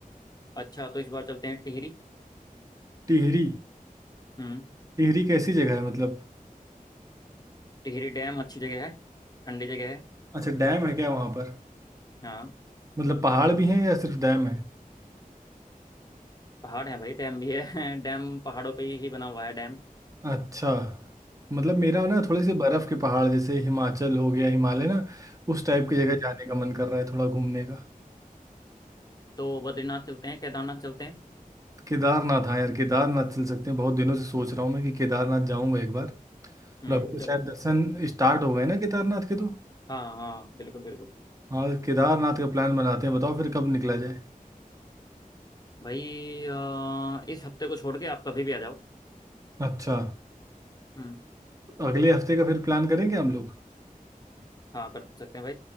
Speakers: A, on the left (about 25°); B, on the right (about 20°).
A: अच्छा तो इस बार चलते हैं टिहरी
B: टिहरी
A: हम्म
B: टिहरी कैसी जगह है मतलब
A: टिहरी डैम अच्छी जगह है ठंडी जगह है
B: अच्छा डैम है क्या वहाँ पर
A: हाँ
B: मतलब पहाड़ भी हैं या सिर्फ डैम है
A: पहाड़ है भाई डैम भी है <laughs> डैम पहाड़ों पे ही बना हुआ है डैम
B: अच्छा मतलब मेरा ना थोड़े से बर्फ के पहाड़ जैसे हिमाचल हो गया हिमालय ना उस टाइप की जगह
A: हम्म,
B: जाने का मन कर रहा है थोड़ा घूमने का
A: तो बद्रीनाथ चलते हैं केदारनाथ चलते हैं
B: केदारनाथ हाँ यार केदारनाथ चल सकते हैं बहुत दिनों से सोच रहा हूँ मैं कि केदारनाथ जाऊंगा एक बार
A: हम्म
B: और अभी तो
A: चलो
B: शायद दर्शन स्टार्ट हो गए ना केदारनाथ के तो
A: हाँ हाँ बिल्कुल बिल्कुल
B: हाँ केदारनाथ का प्लान बनाते हैं बताओ फिर कब निकला जाए
A: भाई अ, इस हफ्ते को छोड़ के आप कभी भी आ जाओ
B: अच्छा
A: हम्म
B: अगले हफ्ते का फिर प्लान करेंगे हम लोग
A: हाँ कर सकते हैं भाई